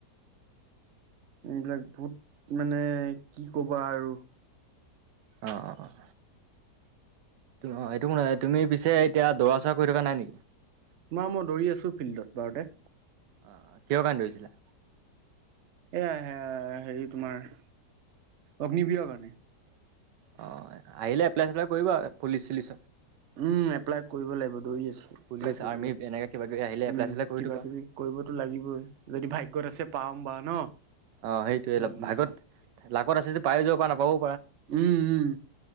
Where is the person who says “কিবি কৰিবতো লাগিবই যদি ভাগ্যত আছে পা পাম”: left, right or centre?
Right